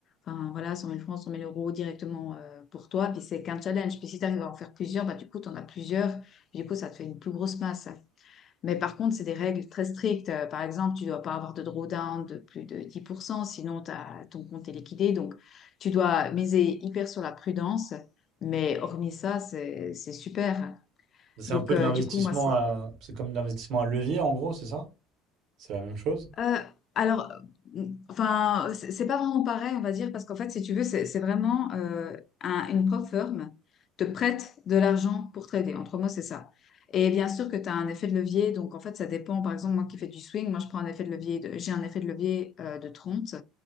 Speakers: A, on the left; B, on the right.
A: Enfin, voilà, 100 000 francs, 100 000 euros directement euh, pour toi. Puis c'est qu'un challenge. Puis si tu arrives à en faire plusieurs, bah, du coup, tu en as plusieurs. Puis du coup, ça te fait une plus grosse masse. Mais par contre, c'est des règles très strictes. Euh, Par exemple, tu ne dois pas avoir de drawdown de plus de 10%, sinon t'as- ton compte est liquidé. Donc, tu dois miser hyper sur la prudence. Mais hormis ça, c'est c'est super.
B: C'est
A: Donc,
B: un peu de
A: euh,
B: l'investissement
A: du coup, moi, c'est
B: à... C'est comme de l'investissement à levier en gros, c'est ça? C'est la même chose?
A: Euh, alors, euh, enfin, c'est c'est pas vraiment pareil, on va dire, parce qu'en fait, si tu veux, c'est c'est vraiment euh, un- une prop firm te prête de l'argent pour trader. Entre mots, c'est ça. Et bien sûr que tu as un effet de levier, donc en fait, ça dépend. Par exemple, moi qui fais du swing, moi je prends un effet de levier, de- j'ai un effet de levier euh, de 30.